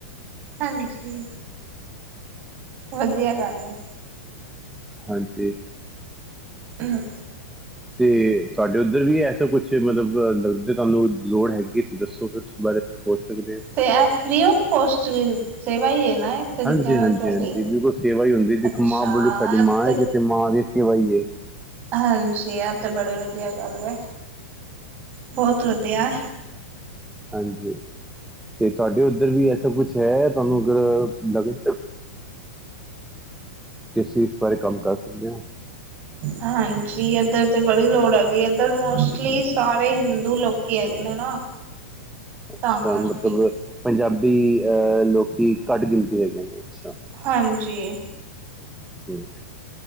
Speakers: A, on the right; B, in the centre.
A: ਹਾਂਜੀ ਵਧੀਆ ਗੱਲ, <unintelligible>
B: ਹਾਂਜੀ,
A: ਹੂੰ,
B: ਤੇ ਤੁਹਾਡੇ ਉੱਧਰ ਵੀ ਐਸਾ ਕੁਛ ਮਤਲਬ ਲ ਜੇ ਤੁਹਾਨੂੰ ਲੋੜ ਹੈਗੀ ਤੁਸੀਂ ਦੱਸੋ ਫਿਰ ਉਸ ਬਾਰੇ। ਸੋਚ ਸਕਦੇ ਹਾਂ
A: ਤੇ ਏ ਫ੍ਰੀ ਔਫ ਕੋਸਟ, ਸੇਵਾ ਹੀ ਹੈ। ਨਾ ਇੱਕ ਤਰੀਕੇ
B: ਹਾਂਜੀ-ਹਾਂਜੀ-ਹਾਂਜੀ
A: ਨਾਲ ਤੁਹਾਡੀ
B: ਬਿਲਕੁਲ ਸੇਵਾ ਹੀ ਹੁੰਦੀ ਦੇਖੋ
A: ਅੱਛਾ
B: ਮਾਂ ਬੋਲੀ ਸਾਡੀ ਮਾਂ
A: ਤੇ
B: ਹੈ ਜਿੱਥੇ ਮਾਂ ਦੀ ਸੇਵਾ ਹੀ ਏ।
A: ਹਾਂਜੀ ਆ ਤੇ ਬੜੀ ਵਧੀਆ ਗੱਲ ਏ। ਬਹੁਤ ਵਧੀਆ
B: ਹਾਂਜੀ, ਤੇ ਤੁਹਾਡੇ ਉੱਧਰ ਵੀ ਇਸਾ ਕੁੱਛ ਹੈ? ਤੁਹਾਨੂੰ ਅਗਰ ਲਗ ਕਿਸ ਚੀਜ਼ ਪਰ ਕੰਮ ਕਰ ਸਕਦੇ ਹਾਂ
A: ਹਾਂਜੀ, ਜੀ ਅਦ ਤੇ ਬੜੀ ਲੋੜ ਹੈ ਗਗੀ ਏਧਰ ਮੌਸਮ ਲਈ ਸਾਰੇ ਹਿੰਦੂ ਲੋਕੀ ਹੈਗੇ ਨੇ ਨਾ,
B: ਅੱਛਾ
A: ਤਾਂ ਕਰਕੇ
B: ਮਤਲਬ ਪੰਜਾਬੀ? ਵੀ ਅਹ ਲੋਕੀ ਕੱਟ ਗਿਣਤੀ ਹੈਗੀਆਂ ਨੇ, ਅੱਛਾ
A: ਹਾਂਜੀ,
B: ਹੋਰ?